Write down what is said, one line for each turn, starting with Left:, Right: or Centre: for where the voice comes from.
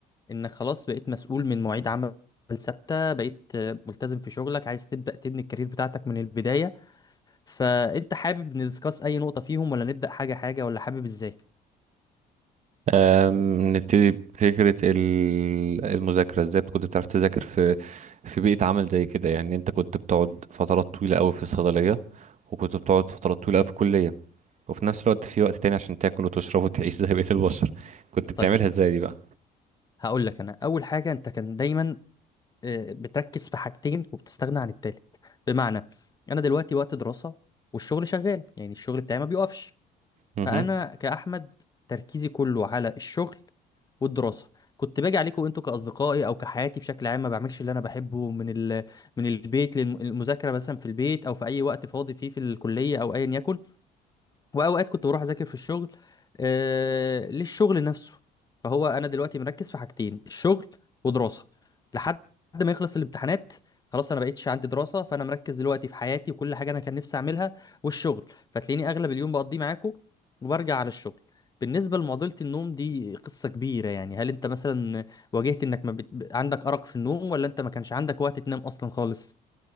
Left: انك خلاص بقيت مسؤول من مواعيد عمل ثابته بقيت آه، ملتزم في شغلك عايز تبدا تبني الكارير بتاعتك من البدايه فانت حابب ندسكاس اي نقطه فيهم ولا نبدا حاجه حاجه ولا حابب ازاي
Right: أم، نبتدي بفكرة ال- المذاكرة ازاي كنت بتعرف تذاكر في في بيئة عمل زي كده يعني انت كنت بتقعد فترات طويلة قوي في الصيدلية وكنت بتقعد فترات طويلة قوي في الكلية وفي نفس الوقت في وقت تاني عشان تاكل وتشرب وتعيش زي بقية البشر كنت بتعملها
Left: طيب
Right: ازاي دي بقى
Left: هقول لك انا اول حاجه انت كان دايما آه، بتركز في حاجتين وبتستغنى عن التالت بمعنى انا دلوقتي وقت دراسه والشغل شغال يعني الشغل بتاعي ما بيقفش
Right: مهم.
Left: فانا كاحمد تركيزي كله على الشغل والدراسه كنت باجي عليكم انتوا كاصدقائي او كحياتي بشكل عام ما بعملش اللي انا بحبه من ال... من البيت للمذاكره مثلا في البيت او في اي وقت فاضي فيه في الكليه او ايا يكن واوقات كنت بروح اذاكر في الشغل آه للشغل نفسه فهو انا دلوقتي مركز في حاجتين الشغل ودراسه لحد ما يخلص الامتحانات خلاص انا بقيتش عندي دراسه فانا مركز دلوقتي في حياتي وكل حاجه انا كان نفسي اعملها والشغل فتلاقيني اغلب اليوم بقضيه معاكم وبرجع على الشغل بالنسبه لمعضله النوم دي قصه كبيره يعني هل انت مثلا واجهت انك ما بت... عندك ارق في النوم ولا انت ما كانش عندك وقت تنام اصلا خالص